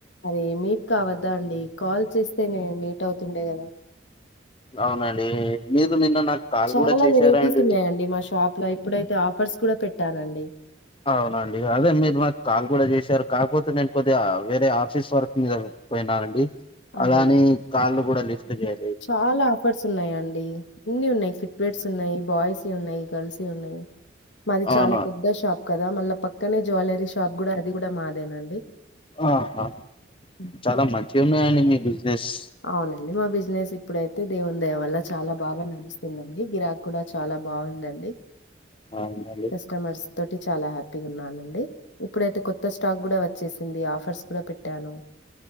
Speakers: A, on the left; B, on the left.
A: అరే మీట్ కావద్దా అండి కాల్ చేస్తే నేను మీట్ అవుతుండే కదా
B: అవునండి మీరు నిన్న నాకు కాల్
A: చాలా
B: కూడా చేశారా
A: వెరైటీస్
B: అండి
A: ఉన్నాయండి మా షాప్ లో ఇప్పుడైతే ఆఫర్స్ కూడా పెట్టానండి
B: అవునండి అదే మీరు నాకు కాల్ కూడా చేశారు కాకపోతే నేను కొద్దిగా వేరే ఆఫీస్ వర్క్ మీద పోయినా అండి
A: అరే!
B: అలాని కాల్ కూడా లిఫ్ట్ చేయ
A: చాలా ఆపర్స్ ఉన్నాయండి అన్ని ఉన్నాయి ఫుట్వేర్స్ ఉన్నాయ్ బాయ్స్ ఉన్నాయి గర్ల్స్ ఉన్నాయి మాది
B: అవునా
A: చాలా పెద్ద షాప్ కదా మళ్ళా పక్కనే జ్యువెలరీ షాప్ కూడా అది కూడా మాదేనండి
B: ఆహా
A: ఉమ్.
B: చాలా మంచిగా ఉన్నాయండి మీ బిజినెస్
A: అవునండి మా బిజినెస్ ఇప్పుడైతే దేవుని దయ వల్ల చాలా బాగా నడుస్తుందండి గిరాకి కూడా చాలా బాగుందండి
B: అవునండి
A: కస్టమర్స్ తోటి చాలా హ్యాపీగా ఉన్నానండి ఇప్పుడైతే కొత్త స్టాక్ కూడా వచ్చేసింది ఆఫర్స్ కూడా పెట్టాను